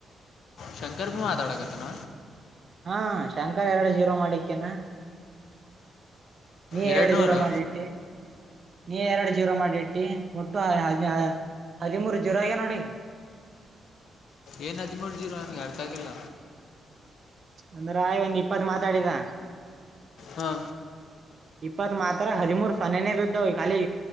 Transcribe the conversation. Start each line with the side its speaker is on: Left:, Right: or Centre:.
Left: ಶಂಕರ್ ಬಿ ಮಾತಾಡಕತನ.
Right: ಹಾ ಶಂಕರ್ ಎರಡ್ ಜೀರೋ ಮಾಡಿಕ್ಯಾನ. ನೀ
Left: ಎರಡು
Right: ಎರಡ್
Left: ನೂರು
Right: ಜೀರೋ ಮಾಡಿಟ್ಟಿ. ನೀ ಎರಡ್ ಜವರಾ ಮಾಡಿಟ್ಟಿ ಒಟ್ಟು ಹದ್ ಹದಿಮೂರು ಜೀರೊ ಆಗ್ಯ ನೋಡಿ.
Left: ಏನ್ ಹದ್ಮೂರ್ ಜೀರೋ ಅಗ್ಲ್ ಅರ್ಥ ಆಗಿಲ್ಲ.
Right: ಅಂದ್ರ ಇವ್ನ್ ಒಂದ್ ಇಪ್ಪತ್ ಮಾತಾಡಿದ.
Left: ಹಾ
Right: ಇಪ್ಪತ್ ಮಾತ್ರ ಹದಿಮೂರ್ ಸನ್ನೆನೆ ಬಿದ್ದವ್ ಕಾಲಿ